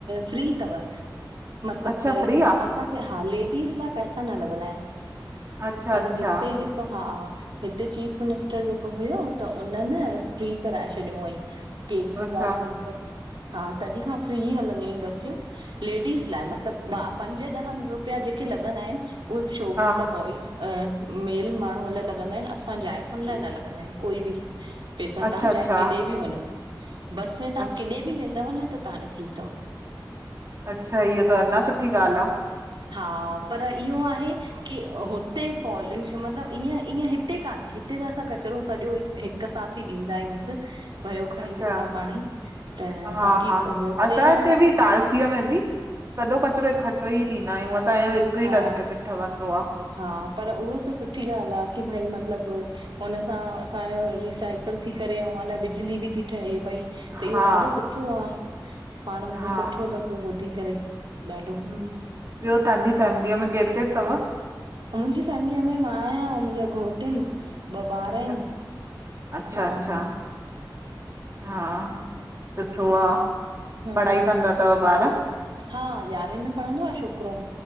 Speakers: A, on the right (about 90°); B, on the right (about 40°).
A: फ्री तवि, मतलबु
B: अच्छा फ्री आ
A: असां हा लेडीस लाइ पैसा न लॻंदा एनि।
B: अच्छा
A: मतिलबु
B: अच्छा
A: हिते जेको हा हिते चीफ मिनिस्टर जेको हुयो, त उननि फ्री कराए छॾियियो हुयईं। केजरीवाल
B: अच्छा
A: हुययो
B: अच्छा
A: त, हा तॾहिं खां फ्री हलंदियूं आहिनि बसियूं। लेडीस लाइ मतिलबु ॿा पंज ॾह रुपया जेके लॻंदा आहिनि, उहे शो
B: हा
A: मतिलबु बॉइ अ मेल माण्हूंअ लाइ लॻंदा आहिनि, असां जाइफ़ुनि लाइ न लॻंदा आहिनि। कोई बि पैसा
B: अच्छा
A: ताहां
B: अच्छा
A: चाहे किथे बि वञो, बस में
B: अच्छा
A: ताहां किथे बि वेंदव न, त तव्हांजो फ्री तवि।
B: अच्छा इहो त अञा सुठी ॻाल्हि आ।
A: हा पर इहो आहे। की हुते पॉलश मतिलबु ईअं ईअं हिते कान्हे। हिते त असां कचिरो सॼो हिकु साथ थी ॾींदा आहियुंसि। भयो खणी
B: अच्छा
A: वेंदो आ पाणयी, त
B: हा
A: बाक़ी
B: हा
A: हुते
B: असां हिते
A: मतलबु
B: बि टारसीअ में बि सॼो कचिरो इकठो ई ॾींदा आहियूं, असांजो हिकु
A: हा
B: ई डस्टबिन ठवंदो आ।
A: हा पर उहे त सुठी ॻाल्हि आ, की भई मतिलबु हुन सां असांजो रिसाइकल थी करे, ऐंऊ अञा बिजली बि थी ठहे पई। त
B: हा
A: इहो ॾाढो सुठो आ, पाणि मूंखे
B: हा
A: सुठो लॻो ॿुधी करे ॾाढो।
B: ह ॿियो ताहांजी फेमिलीअ में केर केर तव?
A: मुंहिंजी फैमिलीअ में मां आहियां अऊं मुंहिंजा घोट ऐनि। ॿ ॿार
B: अच्छा
A: आहिनि
B: अच्छा
A: हा
B: अच्छा
A: हा
B: हा सुठो आ।
A: हम्म
B: पढ़ाई कंदा तवि ॿारि?
A: हा यारहें में पढ़ंदो आ छोकिरो,